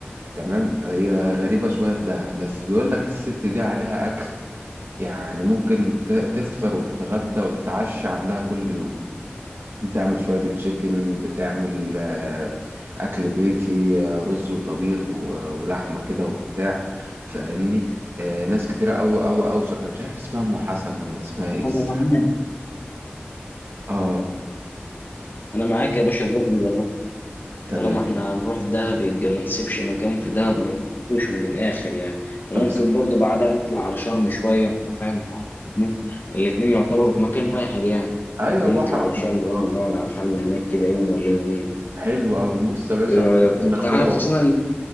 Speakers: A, on the right; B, on the left.
A: تمام هي غريبة شوية في دهب بس بيقول لك الست دي عليها اكل يعني ممكن ت- تفطر وتتغدى وتتعشى عندها كل يوم بتعمل فرايد تشيكن بتعمل آه، أكل بيتي آه، رز وطبيخ و- آه، ولحمة كده وبتاع فاهمني آه، ناس كتيرة أوي أوي أوي شكرا مش عارف اسمها أم حسن ولا اسمها إيه الصراحة
B: انا معاك
A: اه
B: انا معاك يا باشا نروح نجرب
A: تمام
B: طالما احنا هنروح دهب يبقى ما نسيبش مكان في دهب ما نجربوش من الاخر يعني وممكن
A: طب است...
B: برضو بعدها نطلع على شرم شويه انت فاهم بتاع الاثنين الاثنين يعتبروا في مكان واحد يعني
A: أيوة
B: ممكن
A: بحر
B: نطلع على
A: أحمر
B: شرم برضو
A: اه
B: نقعد على حالنا هناك كده يوم ولا يومين
A: حلو أوي بص يا باشا
B: ايه رايك
A: إحنا ممكن
B: انت
A: ناخدها
B: عارف
A: و...
B: خاصه ان